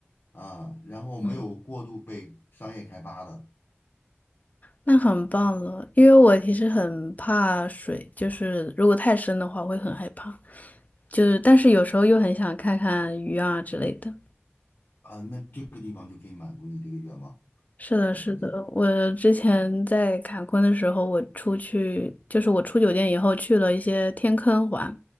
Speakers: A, on the left (about 65°); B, on the left (about 35°).
A: 啊，然后没有过度被商业开发的。
B: 嗯。那很棒了，因为我其实很怕水，就是如果太深的话，我会很害怕。就是，但是有时候又很想看看鱼啊之类的。
A: 啊，那这个地方就可以满足你这个愿望
B: 是的，
A: 和条件。
B: 是的，我之前在坎昆的时候，
A: 嗯
B: 我出去就是我出酒店以后去了一些天坑玩，